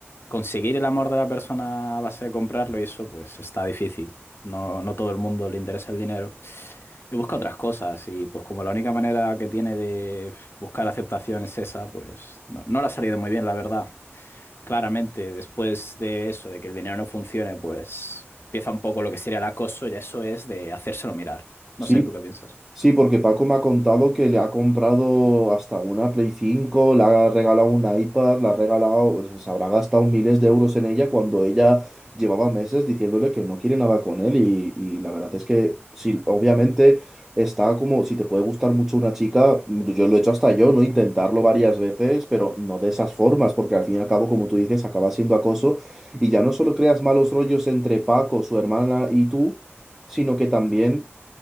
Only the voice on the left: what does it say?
conseguir el amor de la persona a base de comprarlo y eso pues está difícil. No, no todo el mundo le interesa el dinero. Y busca otras cosas y pues como la única manera que tiene de buscar aceptación es esa, pues no, no le ha salido muy bien, la verdad. Claramente, después de eso, de que el dinero no funcione, pues empieza un poco lo que sería el acoso y eso es de hacérselo mirar. No
sé, ¿tú qué piensas?